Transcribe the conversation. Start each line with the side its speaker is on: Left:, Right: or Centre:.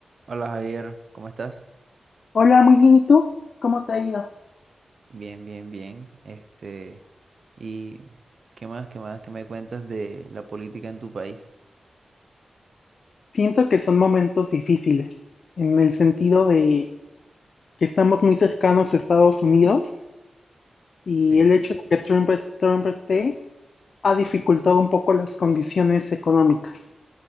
Right: Hola Javier, ¿cómo estás?
Left: Hola, muy bien. ¿Y tú? ¿Cómo te ha ido?
Right: Bien, bien, bien. Este, ¿y qué más, qué más, qué me cuentas de la política en tu país?
Left: Siento que son momentos difíciles, en el sentido de que estamos muy cercanos a Estados Unidos y
Right: Sí.
Left: el hecho de que Trump, es- Trump esté ha dificultado un poco las condiciones económicas.